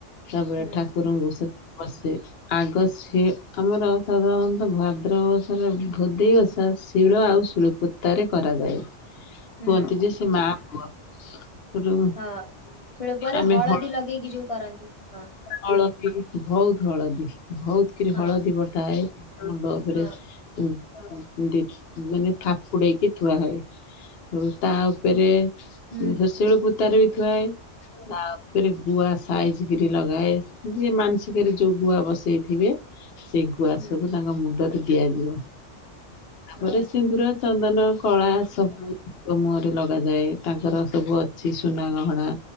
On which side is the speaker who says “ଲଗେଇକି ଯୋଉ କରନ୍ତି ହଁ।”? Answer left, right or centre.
Left